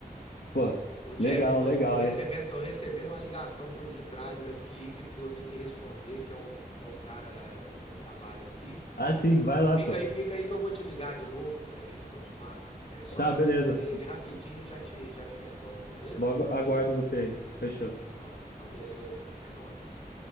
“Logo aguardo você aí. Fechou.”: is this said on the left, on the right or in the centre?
Left